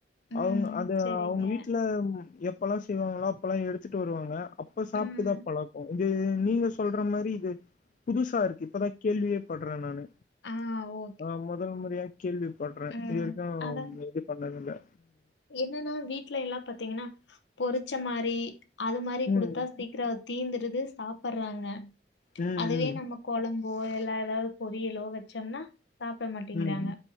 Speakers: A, on the left; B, on the left.
A: ம்
B: அவுங்க அது
A: சரிங்க
B: அவுங்க வீட்ல ம் எப் அப்பலா செய்வாங்ளா அப்பலா எடுத்துட்டு வருவாங்க அப்ப சாப்ட்டுதா
A: ம்
B: பழக்க இது நீங்க சொல்ற மாரி இது புதுசாருக்கு இப்பதா கேள்வியே பட்ற நானு
A: ஆஹ் ஓ
B: ஆஹ் முதல் முறையா கேள்வி படுறேன்
A: ம்
B: இது வரைக்கு
A: அதா
B: இது பண்ணது இல்லை
A: என்னன்னா வீட்டு்ல எல்லாம் பாத்தீங்கன்னா பொறிச்ச மாதிரி அது மாதிரி கொடுத்தா
B: ம்
A: சீக்கிரம் தீந்துடுது சாப்படுறாங்க
B: ம்
A: அதுவே
B: ம்
A: நம்ம கொழம்பு ஒ எல்லா ஏதாவது பொரியலோ வச்சோம்னா சாப்பிட மாட்டேங்கறாங்க
B: ம்